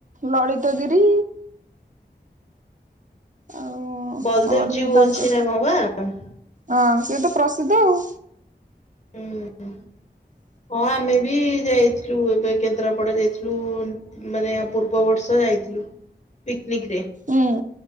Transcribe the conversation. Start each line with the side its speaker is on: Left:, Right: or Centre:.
Right: ଲଳିତଗିରି ଆଉ
Left: ବଲଦେବ ଜିଉ
Right: ଆ ତାଙ୍କୁ
Left: ଅଛି ନା କଣ ବା? ହୁଁ
Right: ହଁ ସେତ ପ୍ରସିଦ୍ଧ ଆଉ।
Left: ହୁଁ ହଁ ଆମେ ବି ଯାଇଥିଲୁ ଏ କେନ୍ଦ୍ରାପଡା ଯାଇଥିଲୁ ମାନେ ପୂର୍ବବର୍ଷ ଯାଇଥିଲୁ। ପିକନିକରେ।
Right: ଉଁ